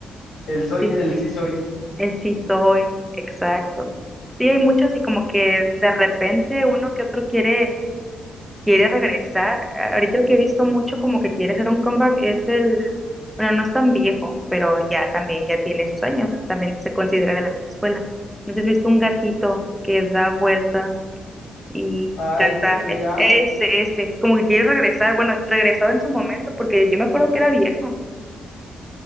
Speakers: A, on the left (about 50°); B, in the centre.
A: el soy,
B: Sí,
A: el sí soy.
B: el sí soy. Exacto. Sí, hay muchos y como que de repente uno que otro quiere. quiere regresar. A- Ahorita el que he visto mucho como que quiere hacer un comeback es el, bueno, no es tan viejo, pero ya también ya tiene sus años, también se considera de la vieja escuela. Entonces he visto un gatito que da vueltas y
A: Ah,
B: canta
A: el U y
B: e-
A: A,
B: ese, ese, como que quiere regresar. Bueno, regresó en su momento porque yo me acuerdo que era viejo.